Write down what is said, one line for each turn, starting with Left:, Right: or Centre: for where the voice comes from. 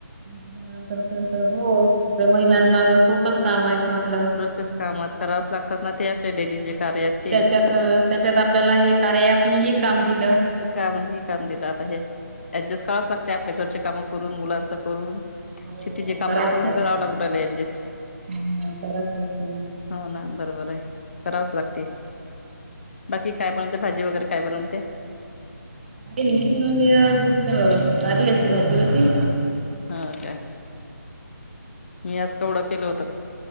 Right: त्याच्यानंतरंत हो आपल्या महिलांना
Left: हम्म
Right: खूपच काम आहेत म्हटलं.
Left: रोजच्याच कामात करावच लागतात ना ते आपले डेली जे कार्य आहेत ते
Right: त्याच्यात
Left: हे
Right: त्याच्यात आपल्याला हे कार आप हे का. दिलं.
Left: काम हे काम दिलं आता हे ऍडजस्ट करावच लागते आपल्या घरच्या काम करून मुलांच करून.
Right: हो
Left: शेतीचे काम
Right: करावच
Left: करून
Right: लागत
Left: करावं लागू ऍडजस्ट.
Right: हम्म करावच लागत मग.
Left: हो ना बरोबर आहे करावंच लागते. बाकी काय बनते भाजी वगैरे काय बनलते.
Right: ख म्हणज आज कारल्याची भाजी होती.
Left: हा काय मी आज कवढं केलं होत.